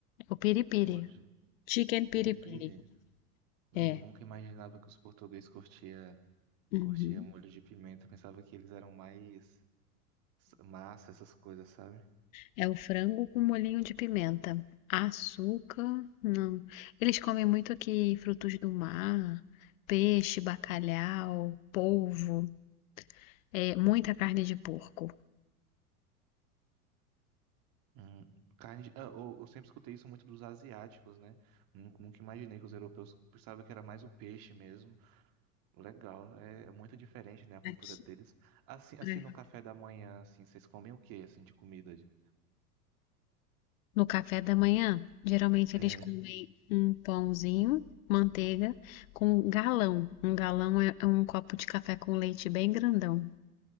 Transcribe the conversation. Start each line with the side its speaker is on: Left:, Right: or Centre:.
Left: o piripiri.
Right: Molho de
Left: Chicken piripiri.
Right: piripiri. Hum,
Left: É.
Right: nunca imaginava que os portugueses curtia,
Left: Uhum.
Right: curtia molho de pimenta, pensava que eles eram mais massa, essas coisas, sabe?
Left: É o frango com molhinho de pimenta. Açúcar, não. Eles comem muito aqui frutos do mar, peixe, bacalhau, polvo, é, muita carne de porco.
Right: Hum, carne de- ah, eu, eu sempre escutei isso muito dos asiáticos, né? Nun- Nunca imaginei que os europeus pensavam que era mais o peixe mesmo. Legal, é é muito diferente, né, a cultura
Left: Aqui,
Right: deles. Assim, assim
Left: né?
Right: no café da manhã, assim, vocês comem o quê, assim, de comida? De-
Left: No café da manhã, geralmente eles
Right: É,
Left: comem um pãozinho, manteiga, com galão. Um galão é é um copo de café com leite bem grandão.